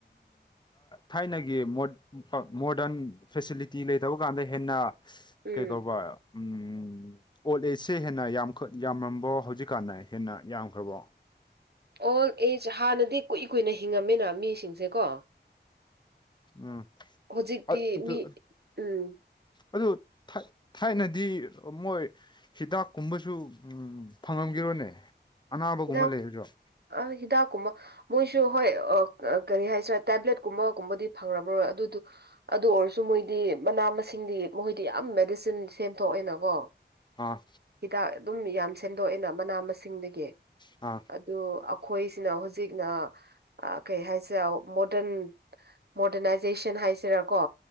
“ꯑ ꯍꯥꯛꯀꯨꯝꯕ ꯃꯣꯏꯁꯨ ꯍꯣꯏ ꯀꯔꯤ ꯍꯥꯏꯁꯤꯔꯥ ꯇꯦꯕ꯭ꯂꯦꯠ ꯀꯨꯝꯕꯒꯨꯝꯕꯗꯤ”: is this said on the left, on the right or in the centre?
Right